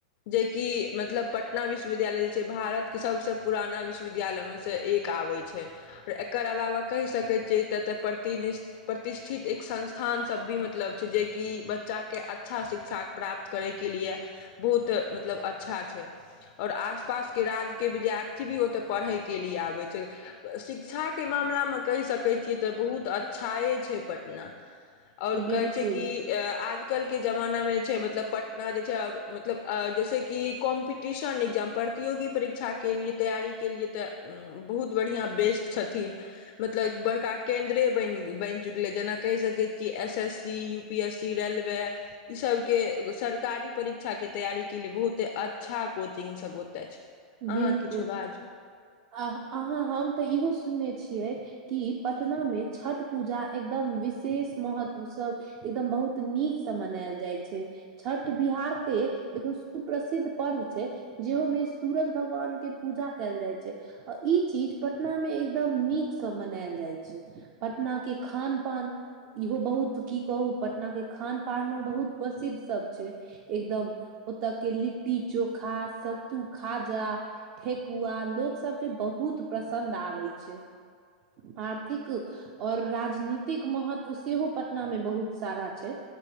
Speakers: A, on the left (about 55°); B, on the right (about 40°).
A: जेकि मतलब पटना विश्वविद्यालय जे छै भारत के सबसे पुराना विश्वविद्यालय विद्यालय में से एक आबै छै। एकर अलावा कहि सकैत छियै त त प्रतिदिस प्रति ठित एक संस्थान सब भी मतलब छै जेकि बच्चा के अच्छा शिक्षा प्राप्त करै के लिए बहुत मतलब अच्छा छै। और आस-पासके राज्यके विद्यार्थी भी ओतय पढ़यके लिए आबै छै। शिक्षाके मामलामे कहि सकैत छियै त बहुत अ च्छाये छै पटना, और
B: बिलकुल
A: कहै छै कि आजकल के जमाना माना में जे छै मतलब पटना जे छै मतलब जैसे कि कॉम्पीटिशन इग्जाम प्रतियोगी परीक्षा के लिए तैयारी के लिए ते बहुत बढ़िया बेस्ट छथिन। मतलब बड़का केन्द्रे बैन बैन चुकलै, जेना कहि सकै छियै कि S S C, UPSC, railway, इ सबके हर कारी परीक्षा के तैयारी के लिए बहुते अच्छा कोचिंग सब ओतय छै।
B: बिलकुल
A: अहां किछो बाजु।
B: आह- अहाँ हम तऽ इहो सुनने छियै कि पटना मे छठ पुजा एकदम विशेष महत्व सं एकदम बहुत नीकसं मनायल जाइ छै। छठ बिहार के देखियौ सुप्रसिद्ध पर्व छै जेहो मे सुरज भगवान के पुजा कयल जाय छै आ ई चीज पटना मे एकदम नीक से मनायल जाइ छै। पटना के खान पान इहो बहुत की कहु पटना के खान पानो बहुत प्रसिद्ध सब छै एकदम। ओतय के लि लट्टी चोखा, सत्तू खाजा, ठेकुआ लोक सब के बहुत पसन्द आबे छै, आर्थिक और राजनीतिक महत्व सेहो पटना मे बहुत सारा छै,